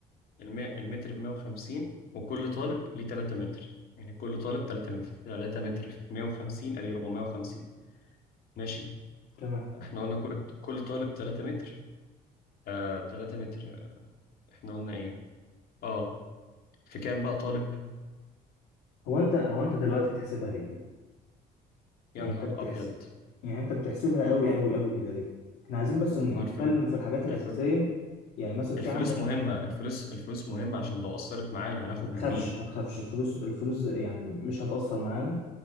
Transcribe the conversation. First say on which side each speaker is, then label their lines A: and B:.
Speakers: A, on the left; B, on the left.
A: الم- المتر ب 150 وكل طالب ليه 3 متر يعني كل طالب 3 متر 3 متر في 150 ادي 450 ماشي
B: تمام
A: احنا قلنا كل كل طالب 3 متر آه 3 متر احنا قلنا ايه اه في كام بقى طالب
B: هو انت هو انت دلوقتي بتحسبها ليه
A: يا
B: يعني
A: نهار
B: انت بتحسب
A: ابيض
B: يعني انت بتحسبها قوي قوي قوي كده ليه احنا عايزين بس نتكلم
A: ما هو الفل...
B: في الحاجات الاساسيه
A: الفل...
B: يعني مثلا في
A: الفلوس
B: عندك
A: مهمة الفلوس الفلوس مهمة عشان لو أثرت معانا هناخد
B: ما تخافش
A: من مين
B: ما تخافش الفلوس الفلوس يعني مش هتأثر معانا